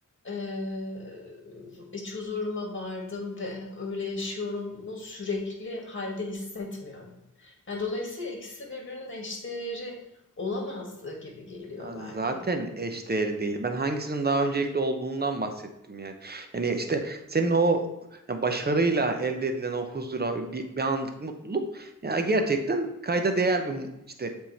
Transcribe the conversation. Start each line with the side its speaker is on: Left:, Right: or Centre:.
Left: eee, iç huzuruma vardım ve öyle yaşıyorum mu sürekli halde hissetmiyorum. Yani dolayısıyla ikisi birbirinin eşdeğeri olamazdı gibi geliyor
Right: Ya
Left: belki.
Right: Zaten eşdeğeri değil. Ben hangisinin daha öncelikli olduğundan bahsettim yani. Yani işte senin o ya başarıyla elde edilen o huzura bir, bir anlık mutluluk ya gerçekten kayda değer bir mu- işte